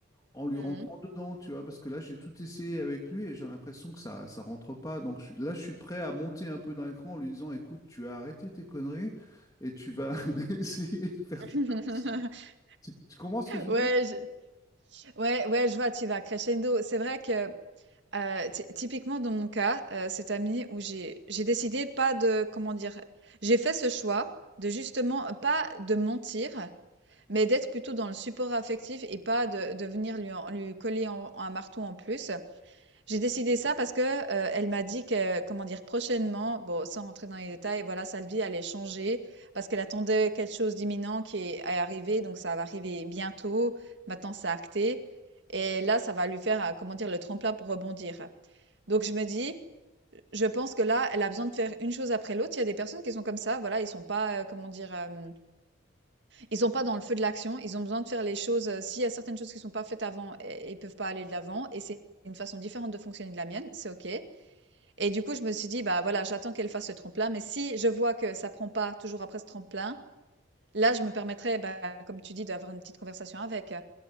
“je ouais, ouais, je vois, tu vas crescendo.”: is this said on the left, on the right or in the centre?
Right